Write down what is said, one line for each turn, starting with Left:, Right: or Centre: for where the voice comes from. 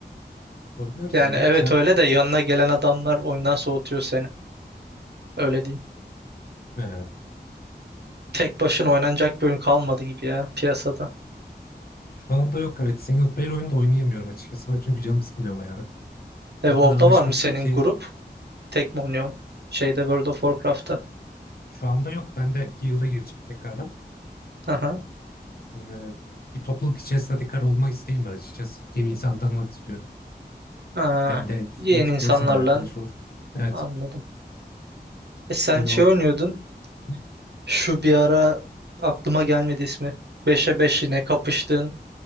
Left: Oynarız
Right: Yani
Left: ya.
Right: evet
Left: Sen
Right: öyle de yanına gelen adamlar oyundan soğutuyor seni. Öyle diyeyim.
Left: e,
Right: tek başına oynanacak bir oyun kalmadı gibi ya piyasada.
Left: şu anda yok. Evet single player oyunu da oynayamıyorum açıkçası. Ben çünkü canım sıkılıyor bayağı. Ben
Right: E,
Left: o
Right: WoW'da
Left: kadar alışmışım
Right: var mı senin
Left: ki
Right: grup? Tek mi oynuyorsun? Şeyde World of Warcraft'ta.
Left: şu anda yok. Ben de yıla gireceğim tekrardan.
Right: Aha.
Left: E, bir topluluk içerisinde tekrar olmak isteğim var açıkçası. Hem insan tanımak istiyorum.
Right: Aa,
Left: Hem de
Right: yeni
Left: Mythic
Right: insanlarla
Left: Plus'a da arkadaş olur. Evet.
Right: anladım. E, sen
Left: Hani
Right: şey
Left: o
Right: oynuyordun.
Left: Hı?
Right: Şu bir ara aklıma gelmedi ismi. Beşe 5 yine kapıştığın